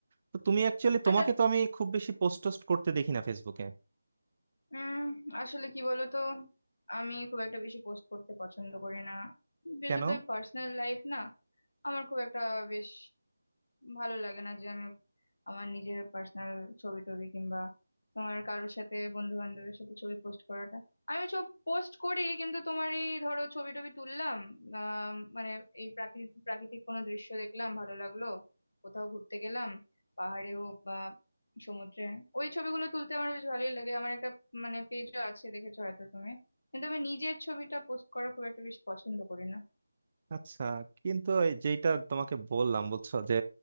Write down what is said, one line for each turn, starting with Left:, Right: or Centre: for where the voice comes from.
Right: তো তুমি অ্যাকচুয়ালি তোমাকে
Left: আচ্ছা
Right: তো আমি খুব বেশি পোস্ট টোস্ট করতে দেখি না ফেসবুকে
Left: উম আসলে কি বলতো আমি খুব একটা বেশি পোস্ট করতে পছন্দ করি না বিশেষত
Right: কেন
Left: পার্সোনাল লাইফ না আমার খুব একটা বেশ ভালো লাগে না যে আমি আমার নিজের পার্সোনাল ছবি টবি কিংবা তোমার কারোর সাথে বন্ধু বান্ধবের সাথে ছবি পোস্ট করাটা আমি সব পোস্ট করি কিন্তু তোমার এই ধরো ছবি টবি তুললাম আহ মানে এই প্রাকৃতিক প্রাকৃতিক কোনো দৃশ্য দেখলাম ভালো লাগলো কোথাও ঘুরতে গেলাম পাহাড়ে হোক বা সমুদ্রে ওই ছবিগুলো তুলতে আমার বেশ ভালোই লাগে আমার একটা মানে পেজও আছে দেখেছো হয়তো তুমি কিন্তু আমি নিজের ছবিটা পোস্ট করা খুব একটা বেশি পছন্দ করি না
Right: আচ্ছা কিন্তু এই যেটা তোমাকে বললাম বুঝছো যে